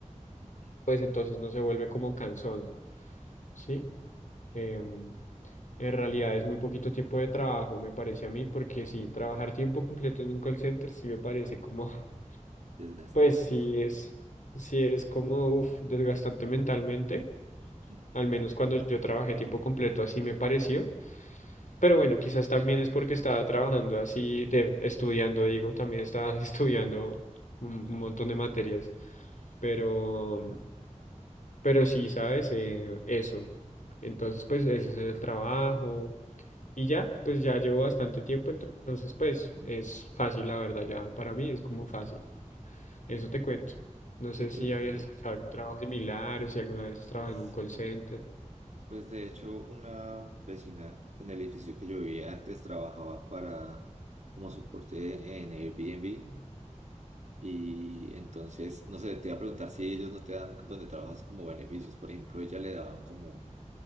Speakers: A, on the right; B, on the left.
A: ujú.
B: pues entonces no se vuelve como cansón. Sí, em, en realidad es muy poquito tiempo de trabajo, me parece a mí, porque si trabajar tiempo completo en un call center sí me parece como,
A: Desgastante.
B: <laughs> pues sí es, sí es como, uf, desgastante mentalmente,
A: Ujú.
B: al menos cuando yo trabajé tiempo completo así me pareció, pero bueno, quizás también es porque estaba trabajando así, de, estudiando, digo, también estaba <laughs> estudiando un, un montón de materias, pero, pero sí, ¿sabes? Eh, eso. Entonces, pues ese es el trabajo. Y ya, pues ya llevo bastante tiempo, entonces pues es fácil, la verdad, ya para mí es como fácil. Eso te cuento. No sé
A: Súper
B: si
A: bien.
B: habías escuchado algún trabajo similar o si alguna vez has trabajado
A: Sí,
B: en un call center.
A: pues de hecho una vecina en el edificio que yo vivía antes trabajaba para como soporte en Airbnb y entonces, no sé, te iba a preguntar si ellos no te dan donde trabajas como beneficios. Por ejemplo, ella le daban como